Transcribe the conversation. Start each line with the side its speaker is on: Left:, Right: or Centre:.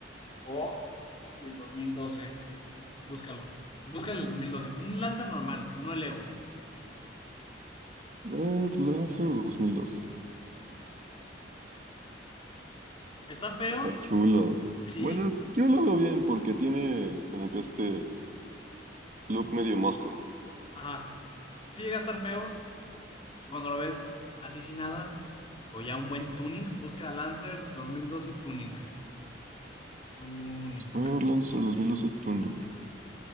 Left: o del 2012, búscalo. Búscalo del 2012. Un Lancer normal, no el Evo.
Right: Eh, Lancer 2012.
Left: ¿Está feo?
Right: Está chulo.
Left: Sí,
Right: Bueno, yo lo veo bien porque tiene como que este look medio muscle.
Left: ajá. Sí llega a estar feo cuando lo ves así sin nada, pues ya un buen tuning. Busca Lancer 2012 tuning. Tuning.
Right: A ver, Lancer 2012 Tuning.